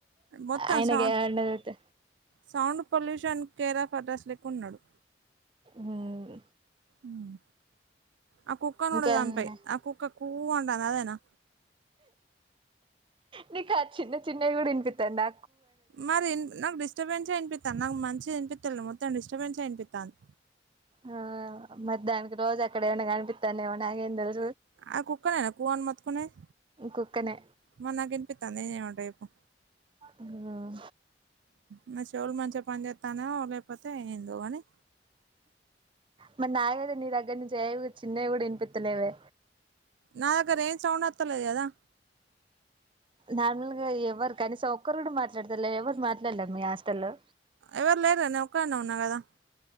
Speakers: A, on the right; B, on the right.
A: మొత్తం
B: ఆయనకేదన్న
A: సౌండ్
B: అడితే
A: సౌండ్ పొల్యూషన్ కేరాఫ్ అడ్రస్ లేక్కున్నాడు
B: హ్మ్
A: ఉమ్ ఆ కుక్కను
B: ఇంకేమన్నాయి
A: కూడ సంపేయ్ ఆ కుక్క కూ అంటంది అదేనా
B: నీకా చిన్న చిన్నవి గూడా వినిపిత్తుందా
A: మరి నాకు డిస్టర్బెన్సే ఇనిపిత్తాంది నాకు మంచి ఇనిపిత్తలే మొత్తం డిస్టబెన్సే ఇనిపిత్తంది
B: ఆ మరి దానికి రోజ్ అక్కడే ఏమన్న కనిపిత్తనయో నాకేం దెల్
A: ఆ కుక్కనేనా కూ అని మొత్తుకునేది
B: కుక్కనే
A: మరి నాకినిపిత్తంది ఏం చేయమంటావ్ చెప్పు
B: హ్మ్
A: ఉమ్ చెవులు మంచిగా పని జెత్తన్నయో లేపోతే ఎందో గాని
B: మరి నాకు గూడా నీ దగ్గర నుంచి ఏవి చిన్నవి కూడా వినిపిత్తలేవే
A: నా దగ్గర ఏం సౌండ్ వత్తలేదు గదా
B: నార్మల్గా ఎవరు కనీసం ఒక్కరు కూడా మాట్లాడతలే ఎవరు మాట్లాడలే మీ హస్టల్లో
A: ఎవరు లేరు నే ఒక్కదాన్నే ఉన్నా గదా